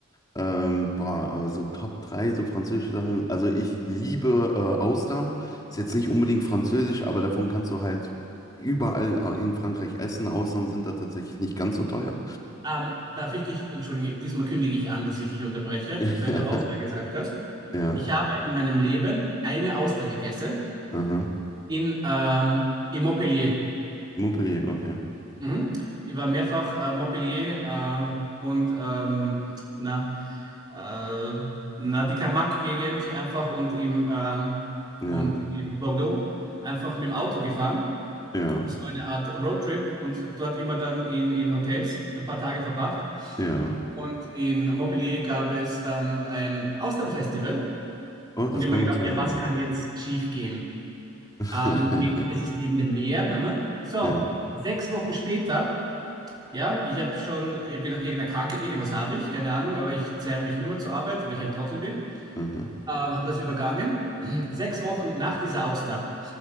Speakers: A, on the left; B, on the right.
A: Ähm, boah, aber so Top 3 so französische Sachen. Also ich liebe äh, Austern. Ist jetzt nicht unbedingt französisch, aber davon kannst du halt überall in Frankreich essen. Austern sind da tatsächlich nicht ganz so teuer.
B: Ähm, darf ich dich, entschuldige, diesmal kündige ich an, dass ich dich unterbreche,
A: <laughs>
B: weil du Auster gesagt hast.
A: Ja,
B: Ich habe in meinem Leben eine Auster gegessen
A: aha.
B: in, ähm, in Montpellier.
A: Montpellier, okay.
B: Mhm. Ich war mehrfach äh, Montpellier äh, und ähm, na, äh, na, die Camargue-Gegend einfach und im, ähm,
A: Ja,
B: und im Bordeaux einfach mit dem Auto gefahren.
A: ja,
B: Das war eine Art Roadtrip und dort immer dann in, in Hotels ein paar Tage verbracht.
A: ja.
B: Und in Montpellier gab es dann ein Austernfestival.
A: Oh, das
B: Und ich
A: kann
B: habe mir gedacht,
A: gut sein.
B: ja, was
A: Oh.
B: kann jetzt schief gehen?
A: <laughs>
B: Ähm, mit, es ist neben dem Meer, Mama. So,
A: Ja,
B: sechs Wochen später, ja, ich habe schon, ich habe gedacht, irgendeine Krankheit, irgendwas habe ich, keine Ahnung, aber ich zerre mich immer zur Arbeit, weil ich ein Trottel bin.
A: aha.
B: Ähm, habe das übergangen. <clears throat> Sechs Wochen nach dieser Auster